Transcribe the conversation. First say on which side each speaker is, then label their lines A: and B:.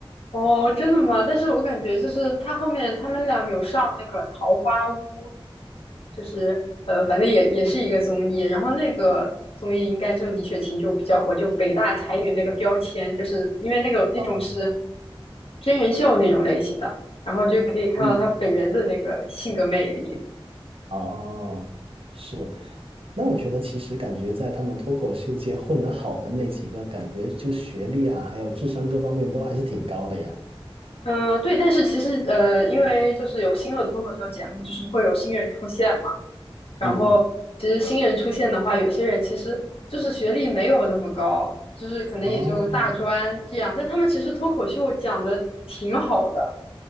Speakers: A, on the left; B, on the right.
A: 哦，真的吗？但是我感觉就是他后面他们俩有上那个《桃花坞》，就是呃，反正也也是一个综艺。然后那个综艺应该就李雪琴就比较火，就北大才女那个标签，就是因为那个那种是
B: 哦，
A: 真人秀那种类型的，然后就可以看到她本人的那个性格魅力。
B: 嗯，哦，是，那我觉得其实感觉在他们脱口秀界混得好的那几个，感觉就学历啊，还有智商各方面都还是挺高的呀。
A: 嗯，对，但是其实呃，因为就是有新的脱口秀节目，就是会有新人出现嘛。然后其实新人出现的话，
B: 嗯，
A: 有些人其实就是学历没有那么高，就是可能也就大专这样，
B: 哦，
A: 但他们其实脱口秀讲的挺好的，